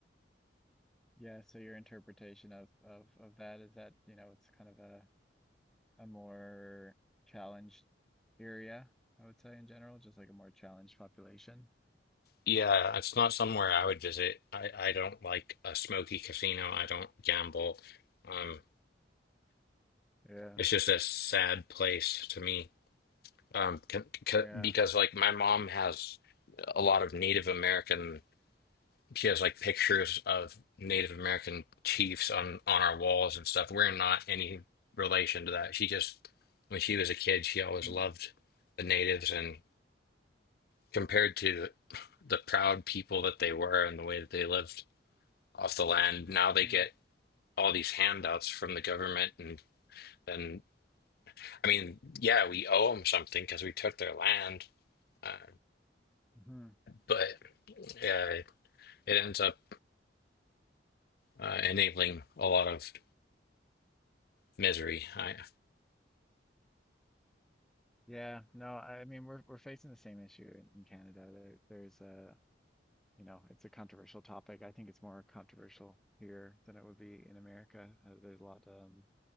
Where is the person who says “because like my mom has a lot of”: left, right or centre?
Left